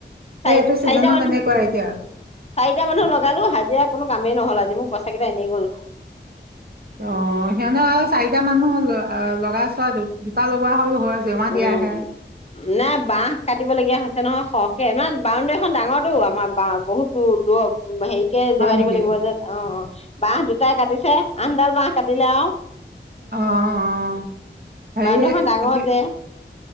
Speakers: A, on the left; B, on the right.
A: চাৰি
B: এই এইটো চিজনত
A: চাৰিটা মানুহ
B: তেনেকুৱা এতিয়া
A: চাৰিটা মানুহ লগালো হাজিৰা কোনো। কামেই নহ'ল আজি মোক পইচা কেইটা। এনেই গ'ল
B: অ সিহঁত আৰু চাই টা মানুহৰ লগাই চোৱা দুটা লগোৱা হৈও হয়। জেওৰা
A: উম
B: দিয়া আহে
A: নাই বাহ কাটিব লগীয়া হৈছে নহয়। সৰহকে মানে বাৰউণ্ডেৰীখন ডাঙৰটো আমাৰ বা বহুত দূৰ দূৰ হেৰি তে
B: হয়
A: জেৱাৰ
B: নেকি
A: দিব লাগিব যে অ অ। বাহ দুটাই কাটিছে আঠডাল বাহ কাটিলে আও।
B: অঁ অহ অঁ
A: বাউণ্ডেৰীখন
B: হেৰি
A: ডাঙৰ
B: কি
A: যে